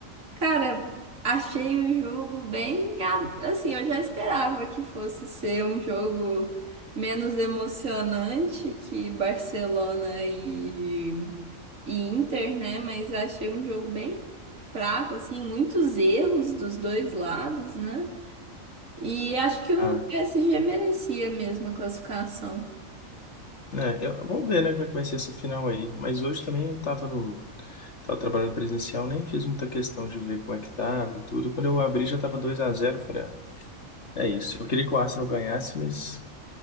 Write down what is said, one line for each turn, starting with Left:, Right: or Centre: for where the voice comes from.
Right: Cara, achei o jogo bem. a- Assim, eu já esperava que fosse ser um jogo menos emocionante que Barcelona e, e Inter, né? Mas achei um jogo bem fraco, assim, muitos erros dos dois lados, né? E acho que o
Left: Ah,
Right: PSG merecia mesmo a classificação.
Left: né, eu, vamos ver, né, como é que vai ser essa final aí. Mas hoje também eu tava no, tava trabalhando presencial, nem fiz muita questão de ver como é que tava e tudo. Quando eu abri já tava 2 a zero, eu falei, ah, é isso. Eu queria que o Arsenal ganhasse, mas